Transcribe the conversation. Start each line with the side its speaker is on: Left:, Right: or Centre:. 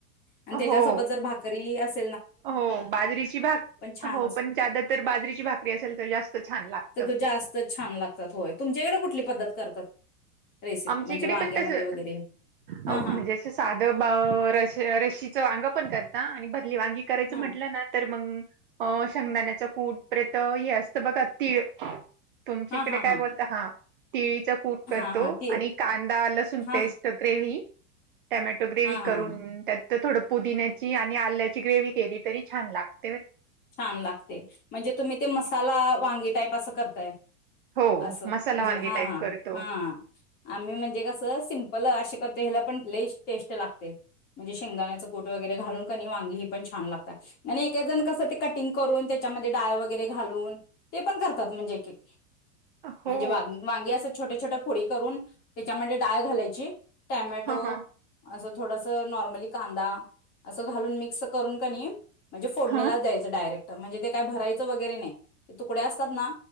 Left: आणि त्याच्यासोबत
Right: हो
Left: जर भाकरी अस
Right: हो बाजरीची भाक,
Left: छानच
Right: हो पण जदा तर बाजरीची भाकरी असेल तर जास्त छान लागत.
Left: तर जास्त छान लागतात होय, तुमच्याकडे कुठली पद्धत करतात? रेसिप
Right: आमच्या
Left: म्हणजे
Right: इकडे
Left: वांग्यामध्ये
Right: पण तसं
Left: वगैरे
Right: हो
Left: हा हा.
Right: म्हणजे साधं बा र र्शीचं वांग पण करता आणि भरली वांगी करायचं
Left: हा
Right: म्हंटलं ना तर मग अ शंगदाण्याचं कुट प्रेत हे असतं बघा तीळ तुमच्या
Left: हा
Right: इकडे
Left: हा
Right: काय बोल हा तिळीचा कूट करतो
Left: हा हा ते
Right: आणि कांदा, लसून
Left: हा
Right: पेस्ट ग्रेव्ही, टमॅटो ग्रेव्ही
Left: हा
Right: करून
Left: हा
Right: त्या तर थोडं पुदिन्याची आणि आल्याची ग्रेवी केली तरी छान लागतय
Left: छान लागते म्हणजे तुम्ही ते मसाला वांगी टाईप असं करताय.
Right: हो
Left: असं
Right: मसाला
Left: म्हणजे
Right: वांगे
Left: हा
Right: टाईप
Left: हा
Right: करतो
Left: हा. आम्ही म्हणजे कसं सिम्पल अशे करतो, ह्याला पण लईच टेस्ट लागते. म्हणजे शेंगदाण्याचं कूट वगैरे घालून कणी वांगी ही पण छान लागता आणि एक जण कसं ते कटिंग करून त्याच्यामध्ये डाळवगैरे घालून ते पण करतात म्हणजे एकेक.
Right: हो
Left: म्हणजे वां वांगी असं छोट्या छोट्या फोडी करून त्याच्यामध्ये डाळ घालायची टॅमॅटो
Right: ह ह
Left: असं थोडस नॉर्मली कांदा असं घालून मिक मिक्स करून कनी म्हणजे फोडणीला
Right: ह
Left: द्याय डायरेक्ट. म्हणजे ते काय भरायच वगैरे नाही तुकडे असतात ना